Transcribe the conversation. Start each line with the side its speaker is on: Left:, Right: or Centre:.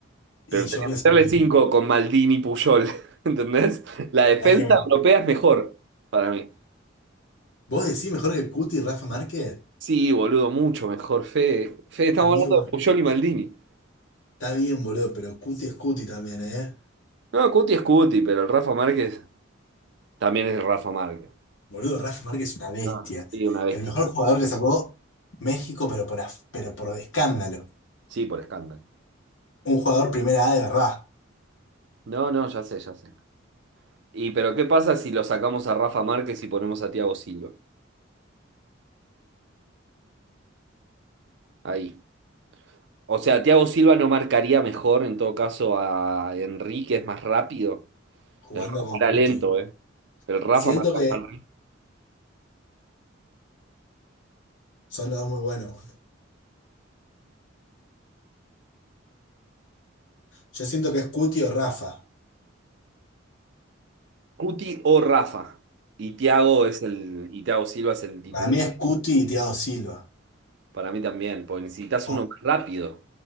Right: Pero
Left: Y yo
Right: tenía
Left: pienso
Right: que meterle
Left: lo mismo.
Right: 5 con Maldini, y Puyol, <laughs> ¿entendés? La defensa
Left: Hay que,
Right: europea es mejor para mí.
Left: vos decís mejor que Cuti y Rafa Márquez,
Right: Sí, boludo, mucho mejor, Fede. Fede, estamos
Left: amigo.
Right: hablando de Puyol y Maldini.
Left: Está bien, boludo, pero Cuti es Cuti también, ¿eh?
Right: No, Cuti es Cuti, pero el Rafa Márquez también es Rafa Márquez.
Left: Boludo, Rafa Márquez es una bestia.
Right: No, sí, una bestia.
Left: El mejor jugador que sacó México, pero por, af- pero por escándalo.
Right: Sí, por escándalo.
Left: Un jugador primera A de verdad,
Right: No, no, ya sé, ya sé. Y pero ¿qué pasa si lo sacamos a Rafa Márquez y ponemos a Thiago Silva? Ahí. O sea, Thiago Silva no marcaría mejor, en todo caso, a Enrique, es más rápido.
Left: jugando
Right: El Rafa
Left: con
Right: era
Left: Cuti.
Right: lento, eh. El Rafa
Left: Siento
Right: marca
Left: que
Right: a Manri.
Left: son los dos muy buenos. boludo. Yo siento que es Cuti o Rafa.
Right: Cuti o Rafa. Y Thiago es el, y Thiago Silva es el titular.
Left: Para mí es Cuti y Thiago Silva.
Right: Para mí también, porque necesitas
Left: O
Right: uno más rápido